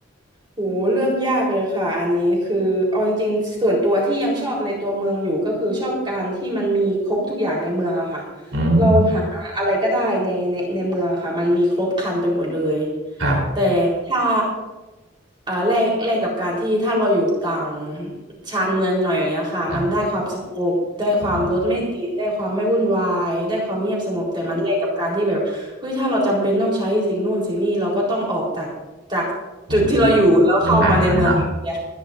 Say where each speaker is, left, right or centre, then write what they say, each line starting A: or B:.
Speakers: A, on the right; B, on the right.
A: โหเลือกยากเลยค่ะอันนี้คือเอาจริงๆส่วนตัวที่ยังชอบในตัวเมืองอยู่ก็คือชอบการที่มันมีครบทุกอย่างในเมืองอะค่ะ
B: อืม
A: เราหาอะไรก็ได้ในในในเมืองอะค่ะมันมีครบครันไปหมดเลย
B: ครับ
A: แต่ถ้าอ่าแลกแลกกับการที่ถ้าเราอยู่ต่างชานเมืองหน่อยอย่างเงี้ยค่ะมันได้ความสงบได้ความรถไม่ติดได้ความไม่วุ่นวายได้ความเงียบสงบแต่มันแลกกับการที่แบบ
B: ครับอืม
A: เฮ้ยถ้าเราจำเป็นต้องใช้สิ่งนู่นสิ่งนี้เราก็ต้องออกจากจากจุดที่เราอยู่แล้วเข้ามาในเมืองอย่างเดียว
B: ได้ได้ลำบากเลยเนาะ